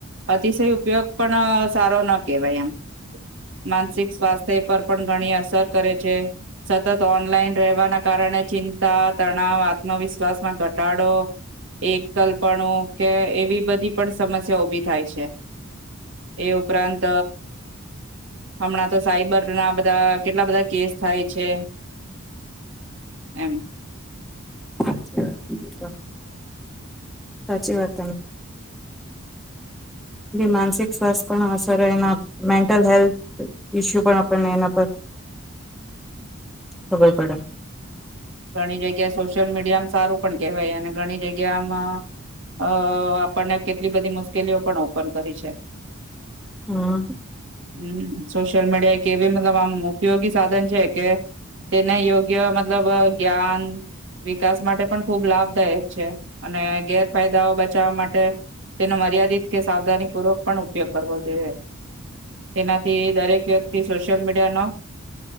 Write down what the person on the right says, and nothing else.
અતિશય ઉપયોગ પણ સારો ન કેવાય આમ માનસિક સ્વાસ્થ્ય એ પર પણ ઘણી અ સર કરે છે સતત ઓનલાઈન રહેવાના કારણે ચી તણાવ આત્મવિશ્વાસમાં ઘટાડો એકલ્પ પણો કે એવી બધી પણ સમસ્યા ઉભી થાય છે. એ ઉપરાંત હમણાં તો સાયબર નાધ બધા કેટલા બધા કેસ થાય છે. એમ.
ઘણી જગ્યાએ સોશિયલ મીડિયામ સારું પણ કેહેવાય અને ઘણી જગ્યા આમાં આપણને કેટલી બધી મુશ્કેલીઓ પણ ઓપન કરી છે
હમ સોશિયલ મીડિયા એક એવી મતલબ આમ ઉપયોગી સાધન છે કે તેને યોગ્ય મતલબ જ્ઞાન વિકાસ માટે પણ ખૂબ લાભદાયક છે અને ગેરફાયદાઓ બચાવવા માટે તેનો મર્યાદિત કે સાવધાની પૂર્વક પણ ઉપયોગ કરવો જોઈએ તેનાથી દરેક વ્યક્તિ સોશિયલ મીડિયાનો